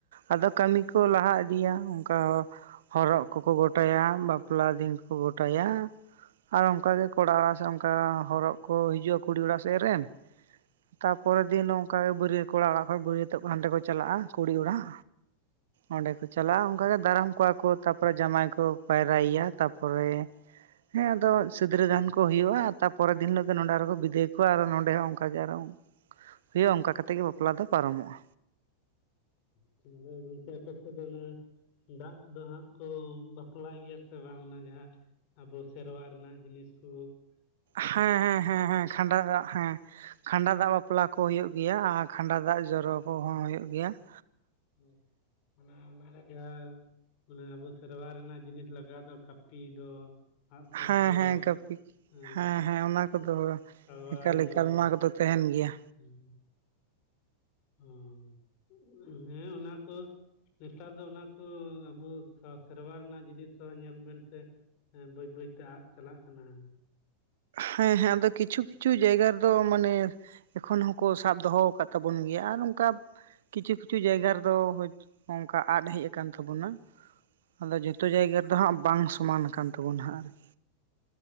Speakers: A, on the right; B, on the left.
A: ᱟᱫᱚ ᱠᱟᱹᱢᱤ ᱠᱚ ᱞᱟᱦᱟ ᱤᱫᱤᱭᱟ ᱚᱱᱠᱟ ᱦᱚᱨᱚᱜ ᱠᱚᱠᱚ ᱜᱚᱴᱟᱭᱟ ᱵᱟᱯᱞᱟ ᱫᱤᱱ ᱠᱚᱠᱚ ᱜᱚᱴᱟᱭᱟ᱾ ᱟᱨ ᱚᱱᱠᱟᱜᱮ ᱠᱚᱲᱟ ᱚᱲᱟᱜ ᱥᱮᱫ ᱚᱱᱠᱟ ᱦᱚᱨᱚᱜ ᱠᱚ ᱦᱤᱡᱩᱜᱼᱟ ᱠᱩᱲᱤ ᱚᱲᱟᱜ ᱥᱮᱫ ᱨᱮᱱ᱾ ᱛᱟᱨᱯᱚᱨᱮᱨ ᱫᱤᱱ ᱚᱱᱠᱟ ᱜᱮ ᱵᱟᱹᱨᱭᱟᱹᱛ ᱠᱚᱲᱟ ᱚᱲᱟᱜ ᱠᱷᱚᱡ ᱵᱟᱹᱨᱭᱟᱹᱛᱚᱜ ᱠᱚ ᱦᱟᱱᱰᱮ ᱠᱚ ᱪᱟᱞᱟᱜᱼᱟ ᱠᱩᱲᱤ ᱚᱲᱟᱜ᱾
B: <unintelligible>
A: ᱚᱸᱰᱮ ᱠᱚ ᱪᱟᱞᱟᱜᱼᱟ
B: ᱟᱪᱪᱷᱟ
A: ᱚᱱᱠᱟᱜᱮ ᱫᱟᱨᱟᱢ ᱠᱚᱣᱟ ᱠᱚ ᱛᱟᱨᱯᱚᱨᱮ ᱡᱟᱸᱣᱭᱟᱭ ᱠᱚ ᱯᱟᱭᱨᱟᱭᱮᱭᱟ ᱛᱟᱨᱯᱚᱨᱮ᱾ ᱦᱮᱸ ᱟᱫᱚ ᱥᱤᱫᱽᱨᱟᱹ ᱫᱟᱱ ᱠᱚ ᱦᱩᱭᱩᱜᱼᱟ ᱛᱟᱯᱚ᱾ ᱯᱚᱨᱮᱨ ᱫᱤᱱ ᱦᱤᱞᱚᱜ ᱫᱚ ᱱᱚᱸᱰᱮ ᱟᱨᱦᱚᱠᱚ ᱵᱤᱫᱟᱹᱭ ᱠᱚᱣᱭᱟ ᱟᱫᱚ ᱱᱚᱸᱰᱮ ᱦᱚᱸ ᱚᱱᱠᱟᱜᱮ ᱟᱨᱦᱚ᱾ ᱦᱳᱭᱳᱜ ᱟ ᱚᱱᱠᱟ ᱠᱟᱛᱮ ᱜᱮ ᱵᱟᱯᱞᱟ ᱫᱚ ᱯᱟᱨᱚᱢᱚᱜᱼᱟ᱾
B: ᱦᱯᱮᱟ ᱡ <unintelligible> ᱫᱟᱜ ᱠᱚᱫᱚ ᱦᱟᱸᱜ ᱠᱚ ᱵᱟᱯᱞᱟᱭ ᱜᱮᱭᱟ ᱥᱮ ᱵᱟᱝ, ᱚᱱᱟ ᱡᱟᱦᱟᱸ ᱟᱵᱚ ᱥᱮᱨᱣᱟ ᱨᱮᱱᱟᱜ ᱡᱤᱱᱤᱥ ᱠᱚ ᱾
A: ᱦᱮᱸ ᱦᱮᱸ ᱦᱮᱸ ᱦᱮᱸ ᱠᱷᱟᱸᱰᱟ ᱫᱟᱜ ᱦᱮᱸ ᱠᱷᱟᱸᱰᱟ ᱫᱟᱜ ᱵᱟᱯᱞᱟ ᱠᱚ ᱦᱩᱭᱩᱜ ᱜᱮᱭᱟ ᱟᱨ ᱠᱷᱟᱸᱰᱟ ᱫᱟᱜ ᱡᱚᱨᱚ ᱠᱚᱦᱚᱸ ᱦᱩᱭᱩᱜ ᱜᱮᱭᱟ ᱾
B: ᱮ ᱚᱱᱟ ᱚᱱᱟᱨᱮ ᱡᱟᱦᱟᱸ ᱢᱟᱱᱮ ᱟᱵᱚ ᱥᱮᱨᱣᱟ ᱨᱮᱱᱟᱜ ᱡᱤᱱᱤᱥ ᱞᱟᱜᱟᱣ ᱫᱚ ᱠᱟᱹᱯᱤ ᱫᱚ ᱟᱸᱜᱼᱥᱟᱨ
A: ᱦᱮᱸ
B: ᱫᱚ
A: ᱦᱮᱸ ᱠᱟᱹᱯᱤ
B: ᱾ ᱦᱮᱸ
A: ᱦᱮᱸ ᱚᱱᱟ ᱠᱚᱫᱚ
B: ᱛᱟᱲᱣᱟᱲᱤ
A: ᱮᱠᱟᱞ ᱮᱠᱟᱞ
B: ᱫᱚ
A: ᱚᱱᱟ ᱠᱚᱫᱚ ᱛᱟᱦᱮᱱ ᱜᱮᱭᱟ
B: ᱦᱩᱸ ᱦᱩᱸ ᱦᱩᱸ ᱦᱮᱸ ᱚᱱᱟ ᱠᱚ ᱱᱮᱛᱟᱨ ᱫᱚ ᱚᱱᱟᱠᱩ ᱟᱵᱩ ᱥᱮᱨᱣᱟ ᱨᱮᱱᱟᱜ ᱡᱤᱱᱤᱥ ᱦᱚᱸ ᱧᱮᱞ ᱵᱮᱱ ᱥᱮ ᱵᱟᱹᱭ ᱵᱟᱹᱭ ᱛᱮ ᱟᱫ ᱪᱟᱞᱟᱜ ᱠᱟᱱᱟ ᱾
A: ᱦᱮᱸ ᱦᱮᱸ ᱾ ᱟᱫᱚ ᱠᱤᱪᱷᱩ ᱠᱤᱪᱷᱩ ᱡᱟᱭᱜᱟ ᱨᱮᱫᱚ ᱢᱟᱱᱮ ᱮᱠᱷᱚᱱ ᱦᱚᱸᱠᱚ ᱥᱟᱵ ᱫᱚᱦᱚ ᱟᱠᱟᱜ ᱛᱟᱵᱚᱱ ᱜᱮᱭᱟ ᱟᱨ ᱚᱱᱠᱟ ᱠᱤᱪᱷᱩ ᱠᱤᱪᱷᱩ ᱡᱟᱭᱜᱟ ᱨᱮᱫᱚ ᱚᱝᱠᱟ ᱟᱫ ᱦᱮᱡ ᱟᱠᱟᱱ ᱛᱟᱵᱚᱱᱟ ᱾ ᱟᱫᱚ ᱡᱚᱛᱚ ᱡᱟᱭᱜᱟ ᱨᱮᱫᱚ ᱦᱟᱸᱜ ᱵᱟᱝ ᱥᱚᱢᱟᱱ ᱟᱠᱟᱱ ᱛᱟᱵᱚᱱᱟ ᱦᱟᱸᱜ ᱟᱨᱠᱤ ᱾